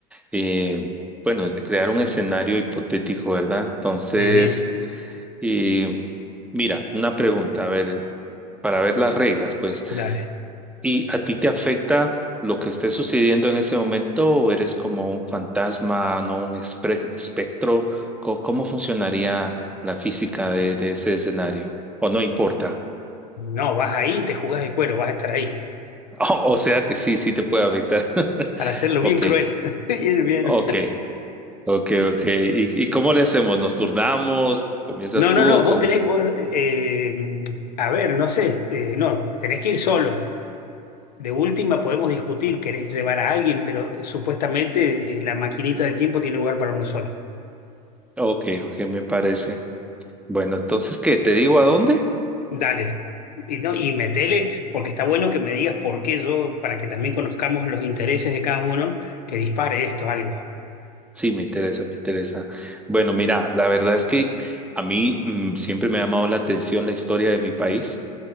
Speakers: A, in the centre; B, on the left.
A: Eh, bueno, es de crear un escenario hipotético, ¿verdad? Entonces,
B: Sí,
A: y mira, una pregunta, a ver, para ver las reglas, pues.
B: dale.
A: ¿Y a ti te afecta lo que esté sucediendo en ese momento o eres como un fantasma, no un espre- espectro? Co- ¿Cómo funcionaría la física de, de ese escenario? ¿O no importa? <laughs>
B: No, vas ahí, te jugás el cuero, vas a estar ahí.
A: O, o sea que sí, sí te puede afectar. <laughs>
B: Para hacerlo
A: Ok,
B: bien cruel. <laughs> Bien, bien.
A: ok, ok, ok. ¿Y, y cómo le hacemos? ¿Nos turnamos? ¿Comienzas
B: No, no,
A: tú
B: no,
A: o cómo?
B: vos tenés, vos, eh, a ver, no sé, eh, no, tenés que ir solo. De última podemos discutir, querés llevar a alguien, pero supuestamente eh, la maquinita del tiempo tiene lugar para uno solo.
A: Ok, ok, me parece. Bueno, entonces, ¿qué? ¿Te digo a dónde?
B: Dale. Y, no, y metele, porque está bueno que me digas por qué yo, para que también conozcamos los intereses de cada uno, que dispare esto algo.
A: Sí, me interesa, me interesa. Bueno, mira, la verdad es que a mí mm, siempre me ha llamado la atención la historia de mi país